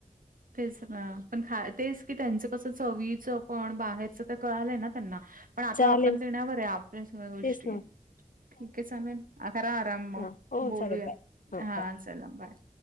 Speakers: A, on the right; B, on the left.
A: तेच ना पण खा तेच की त्यांच कसं चवीचं पण बाहेरचं तर कळालंय ना त्यांना पण आता
B: चालेल
A: आपण देण्यावर आहे आपल्या सगळ्या गोष्टी
B: तेच ना
A: ठीक आहे चालेल खरा आराम मग
B: ह हो
A: बोलूयात
B: चालेल बाय हो
A: हा
B: बाय
A: चला बाय